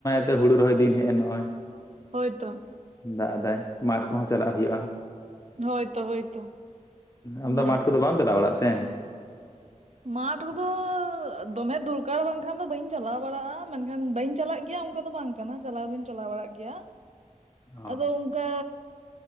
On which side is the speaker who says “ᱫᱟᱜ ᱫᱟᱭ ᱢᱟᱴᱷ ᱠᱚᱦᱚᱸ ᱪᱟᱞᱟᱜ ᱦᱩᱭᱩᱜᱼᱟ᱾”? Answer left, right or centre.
Left